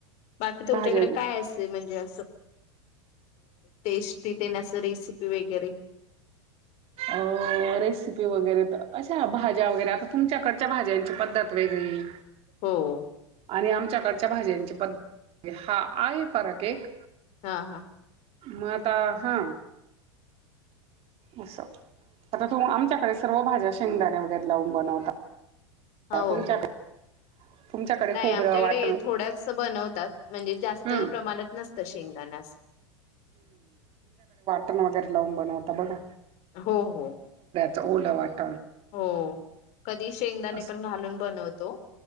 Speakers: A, on the left; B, on the right.
A: बाकी तुमच्याकडे
B: भाज्या
A: काय असेल म्हणजे टेस्टी ते नास रेसिपी वगैरे
B: अ रेसिपी वगैरे अशा भाज्या वगैरे आता तुमच्याकडच्या भाज्यांची पद्धत वेगळी
A: होा
B: आणि आमच्याकडच्या भाज्यांची पद्धत हा आहे फरक एक
A: हा हा
B: मताहा अस आता तु आमच्याकडे सर्व भाज्या शेंगदाण्या वगैरे लावून बनवता ह
A: हो
B: तुमच्याकडे
A: हो.
B: तुमच्याकडे
A: नाही
B: खोबरं
A: आमच्याकडे
B: वाटण
A: थोड्याच बनवतात म्हणजे जास्त
B: हम्म,
A: प्रमाणात नसतं शेंगदाण्यास
B: ट वगरे लावून बनवता बघा
A: हो हो
B: तर ओला वाटं
A: हो कधी शेंगदाणे
B: असं
A: पण घालून बनवतो